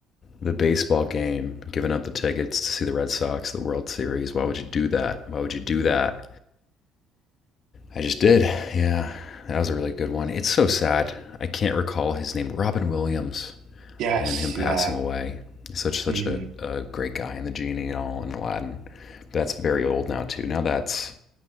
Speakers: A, on the left; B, on the right.
A: The baseball game, giving up the tickets to see the Red Sox, the World Series. Why would you do that? Why would you do that? I just did. Yeah. That was a really good one. It's so sad. I can't recall his name. Robin Williams
B: Yes,
A: and him passing
B: yeah.
A: away. Such such
B: hmm
A: a, a great guy and the genie and all and Aladdin. But That's very old now too. Now that's